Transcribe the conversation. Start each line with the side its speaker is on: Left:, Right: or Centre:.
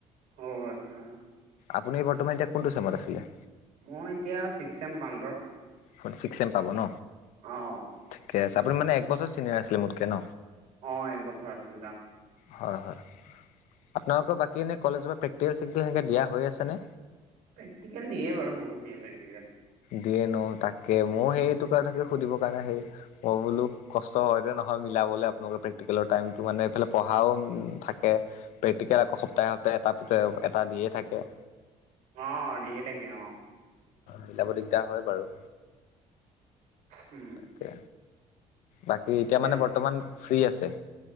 Right: অঁ', আচ্ছা।
Left: আপুনি বৰ্তমান এতিয়া কোনটো চেমত আছিলে?
Right: মই এতিয়া ছিক্স এম পাম ধৰ।
Left: আপুনি ছিক্স এম পাব ন
Right: অ'
Left: ঠিকে আছে আপুনি মানে এক বছৰ ছিনিয়ৰ আছিলে মোত কে ন
Right: অ একবছৰ আছিলো যাওঁ।
Left: হয় হয় আপোনালোকৰ বাকী স এনে কলেজৰ পেক্টিকেল চেক্তিকেল সনেকৈ দিয়া হয় আছেনে?
Right: প্ৰেকটিকেল দিয়ে বাৰু বহুত দিয়ে প্ৰেক্টিকেল।
Left: দিয়ে ন তাকে
Right: উম
Left: মোৰ সেইটো থাকে সুধিবৰ কাৰণে সেই মই বো কষ্ট হয় যে নহয় হয় মিলাবলৈ আপোনালোকৰ প্ৰেক্টিকেলৰ টাইমটো মানে এইফালে পঢ়াও থাকে। প্ৰেক্টিকেল আকৌ সপ্তাহে সপ্তাহ এটটা পি এটা দিয়ে থাকে।
Right: অ', দিয়ে থাকে অ'।
Left: মিলাব দিগদাৰ হয় বাৰু।
Right: উম।
Left: তাকে বাকী
Right: পিছে
Left: এতিয়া মানে বৰ্তমান ফ্ৰী আছে?